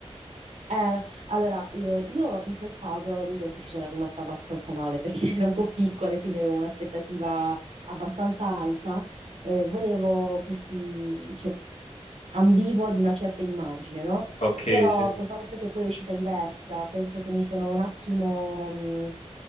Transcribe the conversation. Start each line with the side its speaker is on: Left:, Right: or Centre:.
Right: Eh, allora, io, io in quel caso, ad esempio, ci sono rimasta abbastanza male perché <laughs> ero un po' piccola e quindi avevo un'aspettativa abbastanza alta e volevo questi, cioè, ambivo ad una certa immagine, no?
Left: Ok,
Right: Però
Left: sì, sì.
Right: col fatto che poi è uscita diversa, penso che mi sono un attimo, mh,